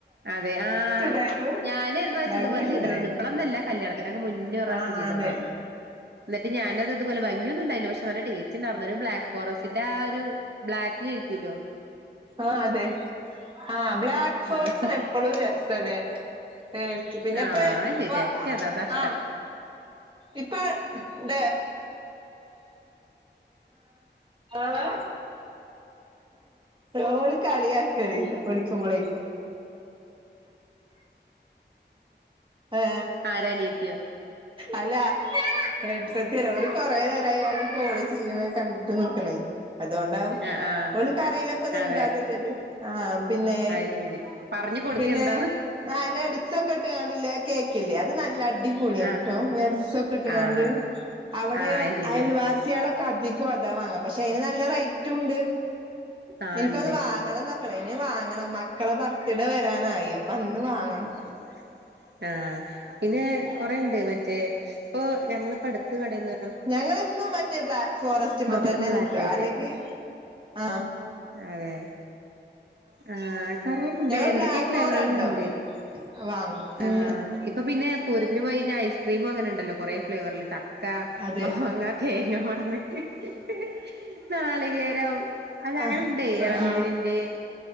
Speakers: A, on the right; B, on the right.
A: അതെ ആഹ്
B: ഉണ്ടായിരുന്നു
A: ഞാന് ഒരുപ്രാശ്യം
B: ഭംഗിയൊന്നും
A: ഇതുപോലെ ചെയ്തി
B: ഉണ്ടായില്ല
A: ഇപ്പളന്നല്ല കല്യാണത്തിനൊക്കെ മു മുന്നേ ഒരുറാശ്യം
B: ആഹ്
A: ചെയ്തിട്ടണ്ടായിരുന്നു
B: അതെ
A: ന്നിട്ട് ഞാനത് അതുപോലെ ഭംഗ്യൊന്നുണ്ടായില പക്ഷേ നല്ല റ്റേസ്റ്റ്ണ്ടാർന്നു ന്നാലും ബ്ലാക്ക് ഫോറെസ്റ്റന്റെ ആ ഒരു ബ്ലാക് കഴിക്കൂലോ
B: ആഹ് അതെ ആഹ് ബ്ലാക്ക് ഫോറസ്റ്റാണ്
A: ആഹ്
B: എപ്പളും രസല്ലേ ടേസ്റ്റ് പിന്നെ
A: ആഹ്
B: പ്പൊ
A: ശരിയാ എനിക്ക് അതാ അതാ ഇഷ്ടം
B: ആഹ് ഇപ്പ <unintelligible> ഏഹേ ഓള് കളിയാക്കാണ് പഠിക്കുമ്പളെ ഏ
A: ആരാ അനിയത്ത്യോ
B: അല്ല ഏട്ടത്ത്യറ ഓരു കൊറേ നേരായി കാേൾ ചെയ്യ്ണ് കണ്ട് അതോണ്ടാവും
A: ആഹ് ആഹ്
B: ഓൾക്കറീല ഇപ്പത് എന്താന്ന്
A: അതെ
B: ല്ലത് ആഹ് പിന്നെ
A: അത് ശരി പറഞ്ഞു കൊടുക്ക്
B: പിന്നെ
A: എന്താന്ന്
B: ആ നഡ്സ് ഒക്കെ ഇട്ട്ങ്ങാണ്ട് ല്ലെ കേക്ക്ല്ലെ അത് നല്ല അടി അടിപൊള്യാണ്
A: ആഹ്
B: ട്ടോ നെഡ്‌സൊക്കെ ഇട്ടങ്ങാണ്ട്
A: ആഹ്
B: അവടെ
A: ആഹ് അത് ശരിയാ
B: അയൽവാസ്യോളൊ കതികും അതാ വാങ്ങ പക്ഷെ അതിന് നല്ല റൈറ്റു ഉണ്ട്
A: ആഹ്
B: ഇൻക്കൊന്ന്
A: ഉണ്ട്
B: വാങ്ങണന്നൊക്കെണ്ട് ഇനി വാങ്ങണം മക്ക മക്കളെ ബർത്ത്ഡേ വരാനായി അപ്പൊ അന്ന് വാങ്ങണം
A: അ ആഹ് പിന്നെ കൊറേണ്ട് മറ്റേ ഇപ്പൊ ഞങ്ങള്പ്പോ അടുത്ത് കടേന്നു
B: ഞങ്ങള് ഇന്നും മറ്റേ ബ്ലാക്ക് ഫോറസ്റ്റ്മ്മ
A: മൊത്തം
B: തന്നെ
A: ബ്ലാക്ക്
B: നിക്ക
A: ആയിട്ട്
B: അല്ലെങ്കി ആ
A: അതെ ആ കറിയിണ്ട്
B: ഞങ്ങള്
A: എന്തൊക്കെ
B: ബ്ലാക്കോ
A: ഫ്ലേവറുകളിണ്ട്
B: റെഡോ വാങ്ങും ഉം
A: ആഹ് ഇപ്പൊ പിന്നെ പൂരത്തിന് പോയിഞ്ഞാൽ ഐസ്ക്രീമും അങ്ങനെ എണ്ടല്ലോ കുറെ ഫ്ലേവറില് ചക്ക
B: അതെ
A: മാങ്ങ തേങ്ങ പറഞ്ഞ് <unintelligible> നാളികേരം അത്
B: ആഹ്
A: അങ്ങനുണ്ടേ
B: ആഹ്
A: ഇളനീരിന്റെ